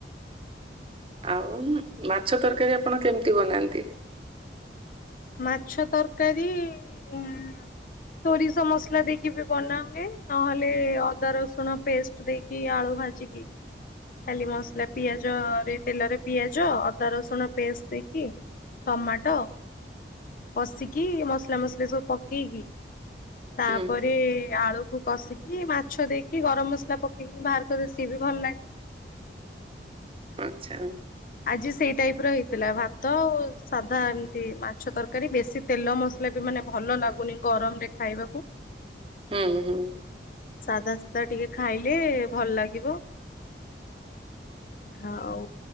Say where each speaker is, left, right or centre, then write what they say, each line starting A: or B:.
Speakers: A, on the right; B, on the left.
A: ଆଉ ମ୍ ମାଛ ତରକାରୀ ଆପଣ କେମିତି ବନାନ୍ତି।
B: ମାଛ ତରକାରୀ‌ ଆଁ। ସୋରିଷ ମସଲା ଦେଇକି ବି ବନା ହୁଏ ନହେଲେ ଅଦା ରସୁଣ ପେଷ୍ଟ ଦେଇକି। କି ଆଳୁ ଭାଜିକି। ଖାଲି ମସଲା ପିଆଜ ରେ ତେଲରେ ପିଆଜ ଅଦା ରସୁଣ ପେଷ୍ଟ ଦେଇକି। ଟମାଟୋ କଷିକି ମସଲା ମସଲି ସବୁ ପକେଇକି। ତାପରେ
A: ହୁଁ
B: ଆଳୁକୁ କଷିକି। କି ମାଛ ଦେଇକି ଗରମ ମସଲା ପକେଇକି ବାହାର କରେ ସିଏ ବି ଭଲ ଲାଗେ।
A: ଆଚ୍ଛା।
B: ଆଜି ସେଇ ଟାଇପ ର ହେଇଥିଲା ଭାତ ଆଉ ସାଧା ଏମିତି ମାଛ ତରକାରୀ ବେଶୀ। ତେଲ ମସଲା ବି ମାନେ ଭଲ ଲାଗୁନି ଗରମ ରେ ଖାଇବାକୁ।
A: ହୁଁ ହୁଁ।
B: ସାଧା ସିଧା ଟିକେ ଖାଇଲେ ଭଲ ଲାଗିବ। ଆଉ